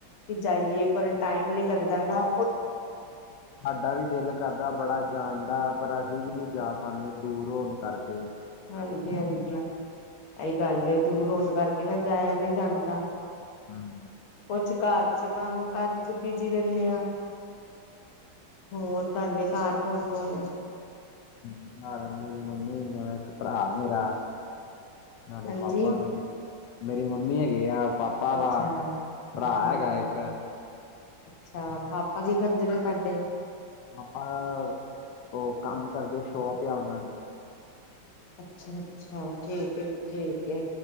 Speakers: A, on the left; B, on the left.
A: ਕਿ ਜਾਈਏ ਪਰ ਟਾਈਮ ਨੀ ਲੱਗਦਾ ਨਾ
B: ਸਾਡਾ ਵੀ ਦਿਲ ਕਰਦਾ ਬੜਾ ਜਾਣ ਦਾ ਪਰ ਅਸੀਂ ਵੀ ਨੀ ਜਾ ਪਾਂਦੇ ਦੂਰ ਹੋਣ ਕਰਕੇ
A: ਹਾਂਜੀ, ਹਾਂਜੀ ਏਹੀ ਗੱਲ ਏ ਦੂਰ ਹੋਣ ਕਰਕੇ ਨਾ ਜਾਇਆ ਨੀ ਜਾਂਦਾ।
B: <unintelligible>
A: ਅੱਛਾ ਘਰ ਚ ਕੰਮ ਕਾਜ ਚ ਬਿਜੀ ਰਹਿਣੇ ਆ ਹੋਰ ਤਾਂਡੇ ਘਰ ਕੌਣ ਕੌਣ ਐ?
B: <unintelligible> ਮੇਰੀ ਮੰਮੀ ਮੈਂ ਇੱਕ ਭਰਾ ਮੇਰਾ ਨਾਲੇ
A: ਹਾਂਜੀ
B: ਪਾਪਾ ਮੇਰੇ, ਮੇਰੇ ਮੰਮੀ ਹੈਗੇ ਆ ਪਾਪ ਪਾ
A: ਅੱਛਾ। ਹਾਂਜੀ-ਹਾਂਜੀ
B: ਭਰਾ ਹੈਗਾ ਇਕ
A: ਅੱਛਾ, ਪਾਪਾ ਕੀ ਕਰਦੇ ਨੇ ਤਹਾਡੇ?
B: ਪਾਪਾ ਉਹ ਕੰਮ ਕਰਦੇ ਸ਼ੋਪ ਆ ਉਨਾਂ ਦੀ
A: ਅੱਛਾ, ਅੱਛਾ ਠੀਕ ਏ ਜੀ ਠੀਕ ਏ